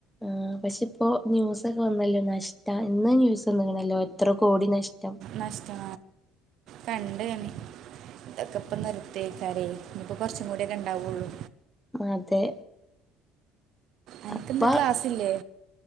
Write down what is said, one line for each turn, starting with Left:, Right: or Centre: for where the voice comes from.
Centre: ആഹ് പക്ഷെ ഇപ്പോ ന്യൂസൊക്കെ വന്നല്ലോ നഷ്ട ഇന്ന് ന്യൂസ് വന്നിക്കണല്ലോ എത്ര കോടി നഷ്ടം
Right: നഷ്ടാ കണ്ട് കണ്ട് ഇതൊക്കെ ഇപ്പം നിർത്തിയേക്കാരേ ഇനിപ്പോ കുറച്ചും കൂടിയൊക്കെ ഇണ്ടാവൊള്ളൂ.
Centre: അതെ
Right: അനക്കിന്ന്
Centre: ഇപ്പ
Right: ക്ലാസ്സില്ലെ?